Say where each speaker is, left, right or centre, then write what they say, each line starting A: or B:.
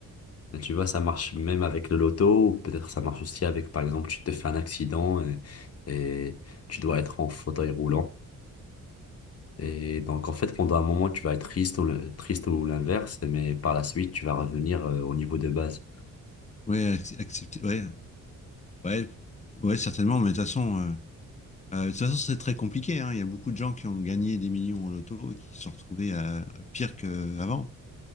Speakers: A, on the left; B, on the left.
A: Et tu vois, ça marche même avec le loto, ou peut-être ça marche aussi avec, par exemple, tu te fais un accident et, et tu dois être en fauteuil roulant. Et donc, en fait, pendant un moment, tu vas être triste ou, le- triste ou l'inverse, mais par la suite, tu vas revenir euh, au niveau de base.
B: ouais, ac- accepter, ouais, ouais, ouais, certainement, mais de toute façon, euh, euh, de toute façon, c'est très compliqué, hein. Il y a beaucoup de gens qui ont gagné des millions au loto et qui se sont retrouvés à, à pire qu'avant.